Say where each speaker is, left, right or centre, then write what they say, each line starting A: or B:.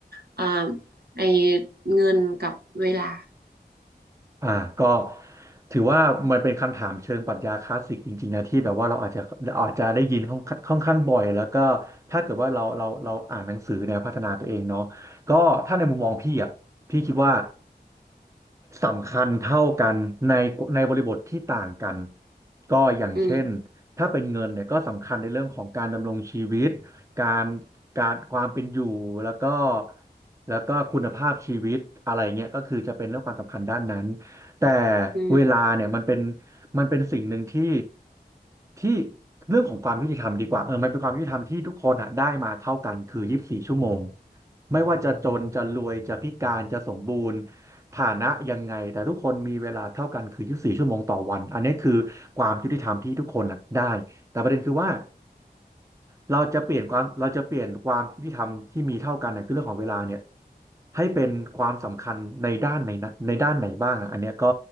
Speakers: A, on the right; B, on the right.
A: เอ่าไอเงินกับเวลา
B: อ่าก็ถือว่ามันเป็นคำถามเชิงปรัชญาคลาสสิกจริงๆนะที่แบบว่าเราอาจจะอาจจะได้ยินค่อนค่อนข้างบ่อยแล้วก็ถ้าเกิดว่าเราเราเราอ่านหนังสือแนวพัฒนาตัวเองเนาะก็ถ้าในมุมมองพี่อ่ะพี่คิดว่าสำคัญเท่ากันในในบริบทที่ต่างกันก็อย่างเช่นถ้าเป็นเงินเนี่ยก็สำคัญในเรื่องของการดำรงชีวิตการ
A: อืม
B: การความเป็นอยู่แล้วก็แล้วก็คุณภาพชีวิตอะไรเงี้ยก็คือจะเป็นเรื่องความสำคัญด้านนั้น แต่
A: อืม
B: เวลาเนี่ยมันเป็นมันเป็นสิ่งหนึ่งที่ที่เรื่องของความยุติธรรมดีกว่าเออมันเป็นความยุติธรรมที่ทุกคนอ่ะได้มาเท่ากันคือยี่สิบสี่ชั่วโมงไม่ว่าจะจนจะรวยจะพิการจะสมบูรณ์ฐานะยังไงแต่ทุกคนมีเวลาเท่ากันคือยี4ชั่วโมงต่อวันอันนี้คือความยุติธรรมที่ทุกคนอ่ะได้แต่ประเด็นคือว่า เราจะเปลี่ยนความเราจะเปลี่ยนความยุติธรรมที่มีเท่ากันเนี่ยคือเรื่องของเวลาเนี่ยให้เป็นความสำคัญในด้านไหนนะในด้านไหนบ้างอะอันเนี้ยก็